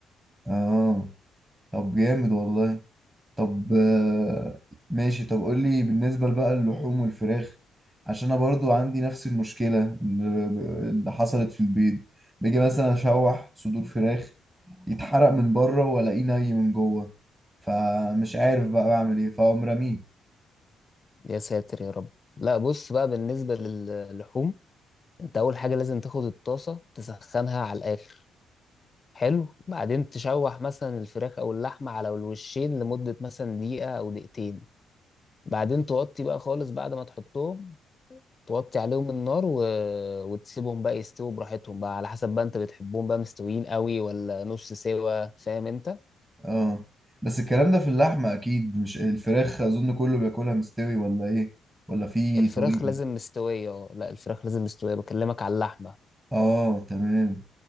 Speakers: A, on the right (about 15°); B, on the left (about 35°).
A: اه طب جامد والله طب آه، ماشي طب قول لي بالنسبة بقى اللحوم والفراخ عشان انا برضو عندي نفس المشكلة اللي اللي حصلت في البيض باجي مثلا اشوح صدور فراخ يتحرق من بره والاقيه ني من جوه فمش عارف بقى بعمل ايه فاقوم رميه
B: يا ساتر يا رب لا بص بقى بالنسبه للحوم انت اول حاجه لازم تاخد الطاسه تسخنها على الاخر حلو بعدين تشوح مثلا الفراخ او اللحمه على الوشين لمده مثلا دقيقه او دقيقتين بعدين توطي بقى خالص بعد ما تحطهم توطي عليهم النار و... وتسيبهم بقى يستووا براحتهم بقى على حسب بقى انت بتحبهم بقى مستويين قوي ولا نص سوا فاهم انت
A: اه بس الكلام ده في اللحمة اكيد مش الفراخ اظن كله بياكلها مستوي ولا ايه ولا في
B: الفراخ
A: طريقة
B: لازم مستويه اه لا الفراخ لازم مستويه بكلمك على اللحمه
A: اه تمام